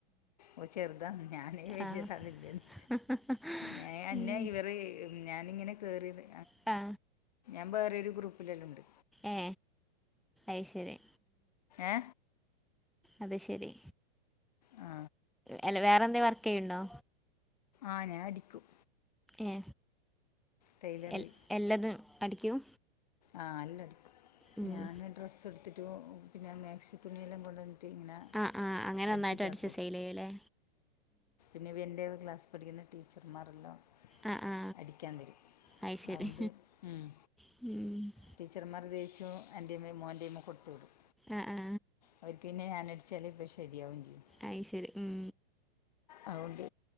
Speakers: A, on the left; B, in the centre.
A: ഓ ചെറുതാണ് ഞാ ന്നീ വെല്യേത
B: ആ
A: വെല്യേത-
B: <inaudible>
A: ഞേ എനെ
B: ഉം
A: ഇവറ് ഞാനിങ്ങനെ കേറിയത്-
B: ആ
A: ഞ വേറൊരു ഗ്രൂപ്പില്ലോം ഉണ്ട്.
B: ഏ ഐശെരി.
A: ഏ
B: അത് ശെരി
A: ആ
B: അല്ല വേറെന്തേ വർക്കെയ്യുണ്ടോ?
A: ആ ഞാ അടിക്കും.
B: ഏ
A: ടൈലറി
B: എൽ എല്ലതും അടിക്കും.
A: ആഹ എല്ലടിക്കും
B: ഉം
A: ഞാന് ഡ്രസ്സ് എട്ത്- ത് പിനെ മാക്സി തുണിയെല്ലാം കൊണ്ടന്ന്ട്ട് ഇങ്ങനെ-
B: ആഹ് ആഹ് അങ്ങനൊന്നായിട്ട്
A: അടിച്ചിട്ടാക്കി
B: അടിച്ച് സെയ്ലെയ്യുല്ലേ.
A: ഇവിര്ൻ്റെ ക്ലാസ് പഠിക്കുന്ന ടീച്ചർമാരുണ്ടാവും.
B: ആ ആ
A: അടിക്കാൻ തരും
B: അത് ശരി
A: അതോണ്ട് ഉം.
B: ഉം
A: ടീച്ചർമാരത് തൈച്ചും എന്റെമ്മെ മോന്റെമ്മ കൊടുത്തുവിടും
B: ആ ആ
A: അവർക്ക് പിന്നെ ഞാനെട്- ചെലേപ്പ ശെരിയാവും ചെയും.
B: അയ്ശെരി ഉം
A: അതൊണ്ട്